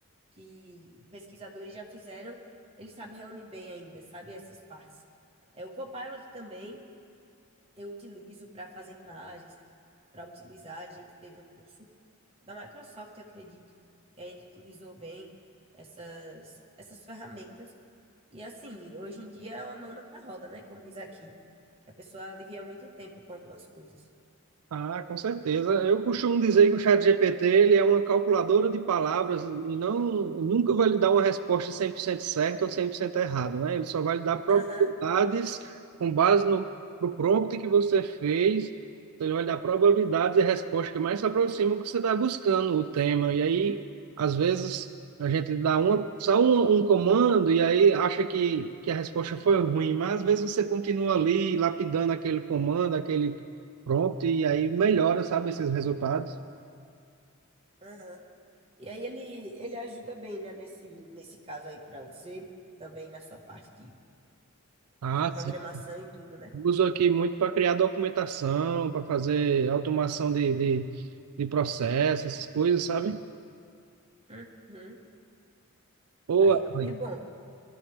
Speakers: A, on the right; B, on the right.
A: que pesquisadores já fizeram, ele sabe reunir bem ainda, sabe essas partes. É, o Copilot também eu utilizo para fazer imagens, para utilizar. A gente teve um curso da Microsoft, eu acredito, que a gente utilizou bem essas, essas ferramentas e assim, hoje em dia é uma mão na roda, né? Como diz aqui. Que a pessoa alivia muito tempo com algumas coisas.
B: Ah, com certeza. Eu costumo dizer que o ChatGPT ele é uma calculadora de palavras e não nunca vai lhe dar uma resposta 100% certa ou 100% errada, né? Ele só vai lhe dar probabilidades
A: Aham,
B: com base no, no prompt que você fez. Então, ele vai lhe dar probabilidades e respostas que mais se aproximam do que você está buscando o tema. E aí, às vezes, a gente dá uma, só um, um comando e aí acha que, que a resposta foi ruim, mas às vezes você continua ali lapidando aquele comando, aquele prompt e aí melhora, sabe, esses resultados.
A: aham. E aí ele, ele ajuda bem, né? Nesse, nesse caso aí pra você, também na sua parte de,
B: Ah,
A: de programação
B: sim.
A: e tudo, né?
B: Uso aqui muito para criar documentação, para fazer automação de, de, de processo, essas coisas, sabe?
A: Uhum.
B: Ô,
A: Aí
B: Evelyn,
A: é bom.